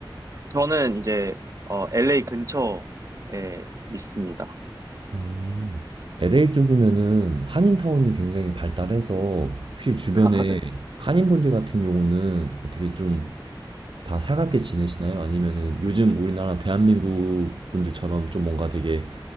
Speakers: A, on the right; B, on the right.
A: 저는 이제, 어, LA 근처에 있습니다.
B: 음. LA 쪽이면은 한인타운이 굉장히 발달해서 혹시 주변에
A: <laughs>
B: 한인분들 같은 경우는 어떻게 좀 다 살갑게 지내시나요? 아니면은 요즘 우리나라 대한민국 분들처럼 좀 뭔가 되게